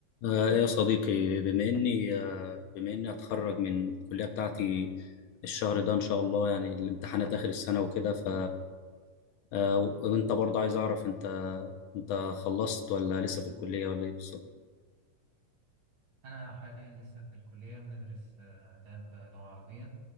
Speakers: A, on the left; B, on the right.
A: آه، يا صديقي بما اني آه، بما اني اتخرج من الكليه بتاعتي الشهر ده ان شاء الله يعني الامتحانات اخر السنه وكده ف آه، وانت برضه عايز اعرف انت انت خلصت ولا لسه في الكليه ولا ايه بالظبط
B: أنا حاليا لسه في الكلية بندرس آه، آداب آه، لغة عربية